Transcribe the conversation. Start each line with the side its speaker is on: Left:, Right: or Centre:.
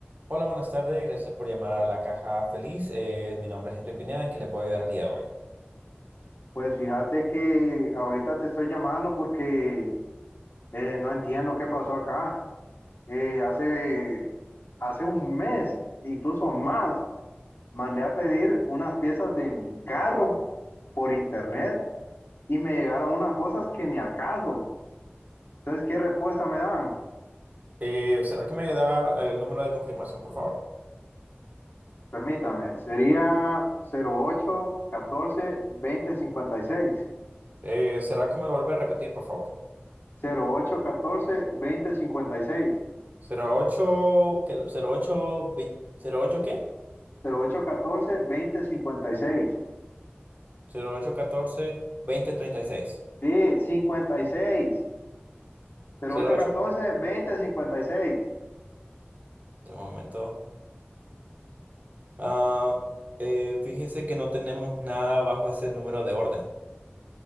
Right: Hola, buenas tardes. Gracias por llamar a la Caja Feliz. Eh, mi nombre es Henry Pineda. ¿En qué le puedo ayudar el día de hoy?
Left: Pues fíjate que ahorita te estoy llamando porque eh, no entiendo qué pasó acá. Eh, hace, hace un mes, incluso más, mandé a pedir unas piezas de mi carro por internet y me llegaron unas cosas que ni al caso. Entonces, ¿qué respuesta me dan?
Right: Eh, ¿será que me da el número de confirmación, por favor?
Left: Permítame, sería cero cero ocho ocho catorce veinte cincuenta y seis,
Right: Eh, ¿será que me lo vuelve a repetir, por favor?
Left: cero ocho catorce veinte cincuenta y seis,
Right: Cero ocho ¿qué? 08, 20 ¿08 qué?
Left: cero ocho catorce veinte cincuenta y seis.
Right: cero ocho catorce veinte treinta y seis.
Left: Sí, cincuenta y seis, cero
Right: Cero
Left: ocho
Right: ocho.
Left: catorce, veinte, cincuenta y seis.
Right: de momento. Ah, eh, fíjese que no tenemos nada bajo ese número de orden.